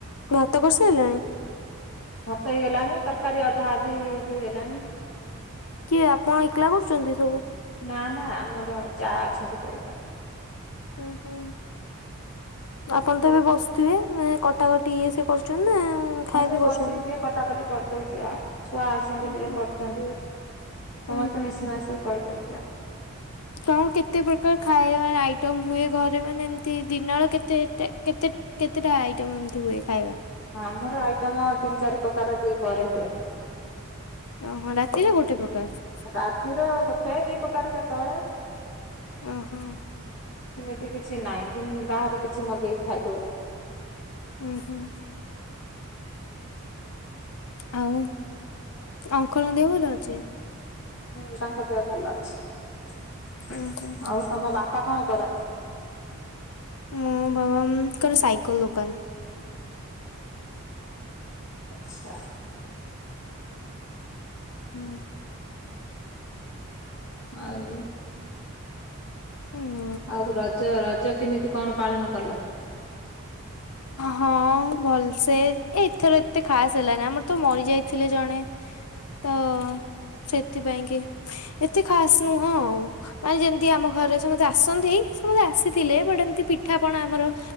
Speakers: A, on the left; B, on the left.
A: ଭାତ କରିସାରିଲାଣି।
B: ଭାତ ହେଇଗଲାଣି ତରକାରୀ ଅଧା ଆଦି ହେ ହେଇଗଲାଣି।
A: କିଏ ଆପଣ ଏକଲା କରୁଛନ୍ତି ସବୁ।
B: ନା ନା ଆମର ଯା ଅଛନ୍ତି କରଛନ୍ତି।
A: ହୁଁ ହୁଁ ଆପଣ ତ ଏବେ ବସୁଥିବେ କଟାକଟି ଇଏ ସେ କରୁଛନ୍ତି ନା ଖାଇବା
B: ହ ସେ
A: ପିଇ କରୁଛନ୍ତି।
B: ବସିକି ଟିକେ କଟାକଟି କରିଦଉଛି ଆଉ ଛୁଆ ଆସନ୍ତି
A: ଉଁ
B: ଟିକେ
A: ହୁଁ
B: କରୁଛନ୍ତି ସମସ୍ତେ
A: ଉଁ
B: ମିଶି ମାଶିକି କରିଦଉଚୁ
A: କଣ କେତେ ପ୍ରକାର ଖାଇବ ଆଇଟମ ହୁଏ ଘରେ ମାନେ ଏମତି ଦିନର କେତେ କେତେ କେତେଟା ଆଇଟମ ଏମିତି ହୁଏ ଖାଇବା।
B: ଆମର ଆଇଟମ ତିନି ଚାରି ପ୍ରକାର ଦି ପରେ ହୁଏ।
A: ଓହୋ ରାତିରେ ଗୋଟେ ପ୍ରକାର।
B: ରାତିର ଗୋଟେ ଦି ପ୍ରକାର କେତେବେଳେ।
A: ଉଁ ହୁଁ।
B: ସେମିତି କିଛି ନହିଁ ବାହାରୁ କିଛି ମଗେଇ ଖାଇଦଉ।
A: ହୁଁ ହୁଁ। ଆଉ ଅଙ୍କଲ ଦେହ ଭଲ ଅଛି।
B: ହୁଁ ତାଙ୍କ ଦେହ ଭଲ ଅଛି।
A: ଉଁ ହୁଁ
B: ଆଉ ତମ ବା ପା କଣ କରନ୍ତି?
A: ମୁଁ ବାବା ଙ୍କର ସାଇକଲ ଦୋକାନ।
B: ଆଚ୍ଛା।
A: ହୁଁ।
B: ଆଉ।
A: ହୁଁ।
B: ଆଉ ରଜ ରଜ କେମିତି କଣ ପାଳନ କଲ।
A: ହଁ ଭଲସେ ଏଥର। ଏତେ ଖାସ ହେଲାନି ଆମର ତ ମରିଯାଇଥିଲେ ଜଣେ ତ ସେଥିପାଇଁ କି ଏତେ ଖାସ ନୁହଁ ଆଉ ମାନେ ଯେମିତି ଆମ ଘରେରେ ସମସ୍ତେ ଆସନ୍ତି ସମସ୍ତେ ଆସିଥିଲେ ବଟ ଏମତି ପିଠାପଣା ଆମର